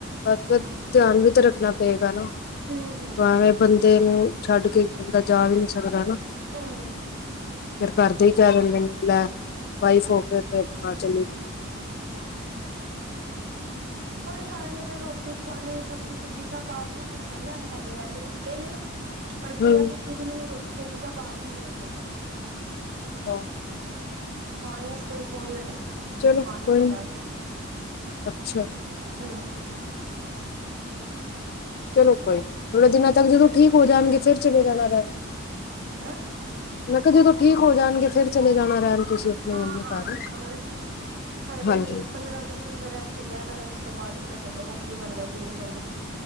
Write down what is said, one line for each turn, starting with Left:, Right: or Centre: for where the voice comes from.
Left: ਬਸ ਫਿਰ ਧਿਆਨ
Right: ਹੂੰ
Left: ਵੀ ਤਾਂ ਰੱਖਣਾ ਪਏਗਾ ਨਾ,
Right: ਹੂੰ ਹੂੰ
Left: ਏਵੇਂ ਬੰਦੇ ਨੂੰ ਛੱਡ ਕੇ ਬੰਦਾ ਜਾ ਵੀ ਨੀ ਸਕਦਾ ਨਾ।
Right: ਹੂੰ
Left: ਫਿਰ ਕਰਦੇ ਹੀ ਕਹਿ ਦਿੰਦੇ ਨੇ ਲੈ ਵਾਈਫ ਹੋ ਕੇ ਤੇ ਘਰ ਚੱਲੀ ਗਈ।
Right: ਕੋਈ ਗੱਲ ਨੀ ਫਿਰ ਰੋਟੀ, ਪਾਣੀ, ਸਬਜ਼ੀ ਸੁਬਜੀ ਸਭ ਆਪ ਨੂੰ ਦੇਣਾ ਪੈਂਦਾ। ਹੈਗੇ ਵੈਸੇ ਨੀਚੇ ਨੇ ਪਰ
Left: ਹੂੰ,
Right: ਕੇਅਰ ਵੀ ਖੂਦ ਨੂੰ ਵੀ ਰੋਟੀ ਸਬਜ਼ੀ ਸਬ ਆਪ ਕਰਦਾ <unintelligible>
Left: <unintelligible>
Right: ਪਾਣੀ ਵਸਤੇ ਵੀ ਫੋਨ ਲ ਕਰਦੇ ਨੇ
Left: ਚਲੋ
Right: ਵੀ ਪਾਣੀ
Left: ਕੋਈ
Right: ਦੇ
Left: ਨੀ
Right: ਜਾ ਆਕੇ
Left: ਅੱਛਾ
Right: ਹੂੰ
Left: ਚਲੋ ਕੋਈ ਨੀ ਥੋੜੇ ਦਿਨਾਂ ਤੱਕ ਜਦੋਂ ਠੀਕ ਹੋ ਜਾਣਗੇ ਫਿਰ ਚਲੇ ਜਾਣਾ ਰਹਿਣ।
Right: ਹਮ <unintelligible>
Left: ਮੈਂ ਜਦੋਂ ਠੀਕ ਹੋ ਜਾਣਗੇ ਫਿਰ ਚਲੇ ਜਾਣਾ ਰਹਿਣ। ਤੁਸੀਂ ਆਪਣੀ
Right: ਹਾਂ
Left: ਮੰਮੀ
Right: ਹਾਂ
Left: ਘਰ
Right: ਵੇਖਾਂਗੇ ਹੋਏ ਤੇ
Left: ਹਾਂਜੀ
Right: ਮਹੀਨੇ ਪੰਦਰਾਂ ਵੀਹ ਦਿਨ ਦਾ ਰੈਸਟ ਕਿਹਾ ਦਾ ਵੇ ਉਸ ਤੋਂ ਬਾਅਦ ਪਤਾ ਚੱਲੇਗਾ ਕੀ ਬਣਦਾ ਕੀ ਨਹੀਂ ਬਣਨਾ।